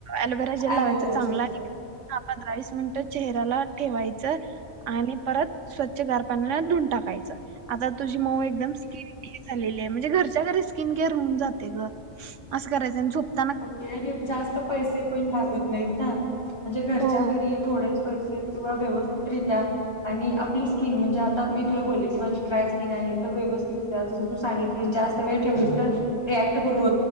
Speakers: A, on the right (about 85°); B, on the left (about 20°).
A: एलोवेरा जेल
B: ॲलोवेराचं.
A: लावायचं चांगला आणि हा पंधरा वीस मिनिट चेहऱ्याला ठेवायचं आणि परत स्वच्छ गार पाण्याला धुन टाकायच. आता तुझी मऊ एकदम स्किन <unintelligible> क झालेली आहे म्हणजे घरच्या घरी स्किन क्लेअर होऊन जातय गं <unintelligible> अस करायचं आणि झोप
B: ओके आणि जास्त पैसे पण लागत नाहीत ना म्हणजे घरच्या
A: हो
B: घरी थोडे पैसे किंवा व्यवस्थितरित्या आणि आपली स्किन म्हणजे आता मी तुला बोलले की माझी ड्राय स्किन आहे तर व्यवस्थित त्या जसं तू सांगितली जास्त वेळ ठेवलीस तर रिॲक्ट करू